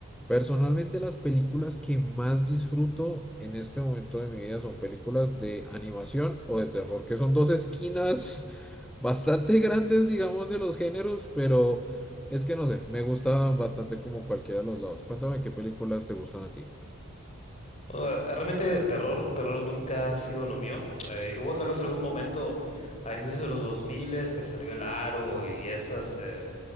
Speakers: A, in the centre; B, on the left.
A: Personalmente, las películas que más disfruto en este momento de mi vida son películas de animación o de terror, que son dos esquinas <laughs> bastante grandes, digamos, de los géneros, pero es que no sé, me gusta bastante como cualquiera de los lados. Cuéntame qué películas te gustan a ti.
B: Bueno, realmente terror, terror nunca ha sido lo mío. Eh, hubo tal vez algún momento a inicios de los 2000 que salió El Aro y esas, eh,